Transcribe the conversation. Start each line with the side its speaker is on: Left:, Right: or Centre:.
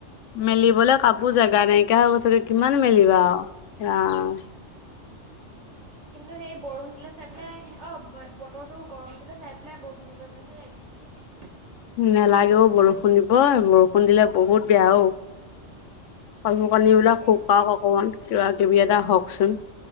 Left: মেলিবলৈ কাপোৰ জোগা নাইকা হৈ গছ কিমান মেলিবা। ৰাম।
Right: উ কিন্তু সেই বৰষুণ দিলে। চাই পেলাই অ বতৰটো গৰম দিলে চাই পেলাই বৰষুণ দিব যেনহে লাগিছে।
Left: নেলাগে অও বৰষুণ দিব বৰষুণ দিলে বহুত বেয়া অঔ। কাপোৰ কানিবিলাক
Right: সঁচাকে
Left: শুকও অকমান। যোৱা। দূবি আদা হওকচোন